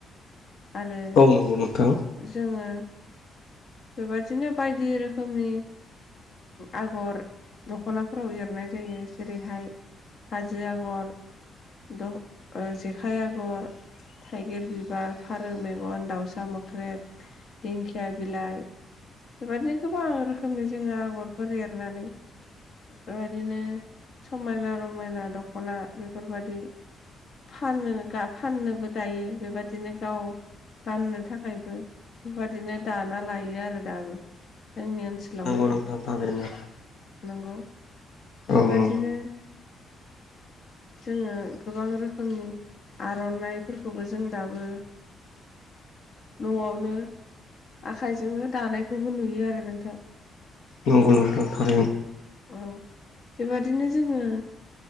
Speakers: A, on the left; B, on the left.
A: आरो
B: औ नंगौ नोंथां
A: जोङो बेबायदिनो बायदि रोखोमनि आगर दखनाफोराव एरनाय जायो जेरैहाय हाजो आगर जेखाइ आगर थाइगिर बिबार फारौ मेगन दाउसा मोख्रेब दिंखिया बिलाइ बेबदिनो गोबां रोखोमनि जोङो आगरफोर एरनानै बेबायदिनो समायना रमायना दखना बेफोरबायदि फानो फाननोबो दायो बेबादिनो गाव गाननो थाखायबो बेबदिनो दाना लायो आरो दाबो जोंनि ओनसोलावहाय
B: नंगौ नोंथां थारैनो
A: नंगौ
B: औ
A: बेबादिनो
B: नंगौ
A: जोङो गोबां रोखोमनि आरनाइफोरखौबो जों दाबो नआवनो आखाइजोंनो दानायखौबो नुयो आरो नोंथां
B: नंगौ नंगौफोर
A: औ बेबादिनो जोङो